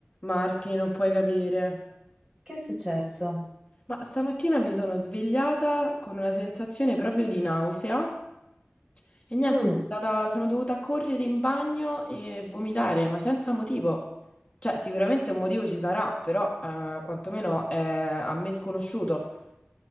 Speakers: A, on the left; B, on the right.
A: Marti, non puoi capire.
B: Che è successo?
A: Ma stamattina mi sono svegliata con una sensazione proprio di nausea e niente,
B: Mm,
A: sono andata- sono dovuta correre in bagno e vomitare, ma senza motivo. Cioè, sicuramente un motivo ci sarà, però eh, quantomeno è a me sconosciuto.